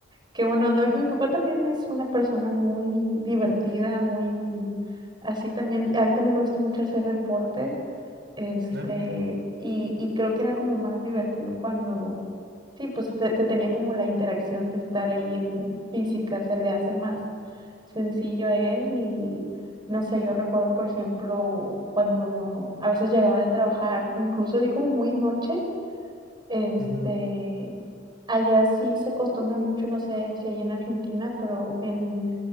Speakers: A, on the right (about 25°); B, on the right (about 65°).
A: qué buena onda. Mi papá también es una persona muy divertida, muy así también. A él también le gusta mucho hacer deporte. Este,
B: Ah, mira.
A: y, y creo que era como más divertido cuando, sí, pues te- se tenía como la interacción de estar ahí en física, se le hace más sencillo a él y no sé, yo recuerdo, por ejemplo, cuando a veces llegaba de trabajar, incluso así como muy noche. Este,
B: Ujú,
A: allá sí se acostumbra mucho, no sé si allá en Argentina, pero en,